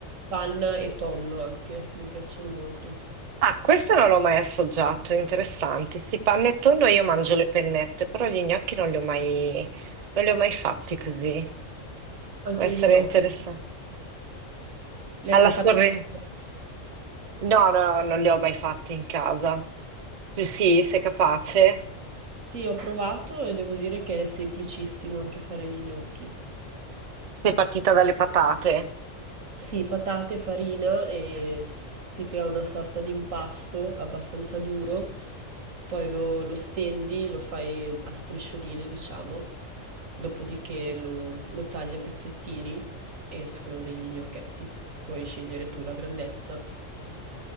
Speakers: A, on the right; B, on the right.
A: panna e tonno anche, mi piacciono molto.
B: Ah, questo non l'ho mai assaggiato, interessante. Sì, panettone io mangio le pennette, però gli gnocchi non li ho mai, non li ho mai fatti così.
A: Anche
B: Può essere
A: gli gnocchi.
B: interessante.
A: Li
B: Alla
A: hai mai
B: sorrentino?
A: fatti in casa?
B: No, no, no, non li ho mai fatti in casa. Tu sì, sei capace?
A: Sì, ho provato e devo dire che è semplicissimo anche fare gli gnocchi.
B: Sei partita dalle patate?
A: Sì, patate, farina e si crea una sorta di impasto abbastanza duro, poi lo, lo stendi, lo fai a striscioline, diciamo, dopodiché lo, lo tagli a pezzettini e escono degli gnocchetti. Puoi scegliere tu la grandezza,